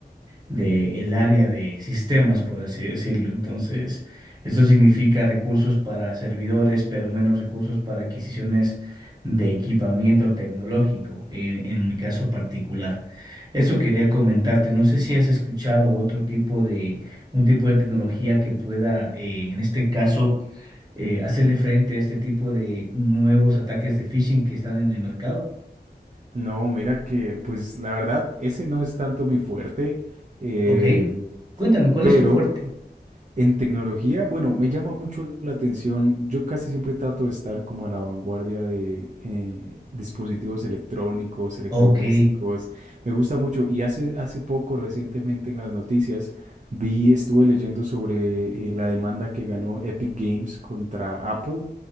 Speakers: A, on the right; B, on the right.
A: del área de sistemas, por así decirlo. Entonces, esto significa recursos para servidores, pero menos recursos para adquisiciones de equipamiento tecnológico, en, en mi caso particular. Eso quería comentarte. No sé si has escuchado otro tipo de, un tipo de tecnología que pueda, eh, en este caso, eh, hacerle frente a este tipo de nuevos ataques de phishing que están en el mercado.
B: No, mira que, pues la verdad, ese no es tanto mi fuerte, eh,
A: Ok. Cuéntame, ¿cuál
B: pero
A: es tu fuerte?
B: En tecnología, bueno, me llama mucho la atención. Yo casi siempre trato de estar como a la vanguardia de eh, dispositivos electrónicos, electrodomésticos.
A: Ok.
B: Me gusta mucho. Y hace, hace poco, recientemente en las noticias, vi, estuve leyendo sobre eh, la demanda que ganó Epic Games contra Apple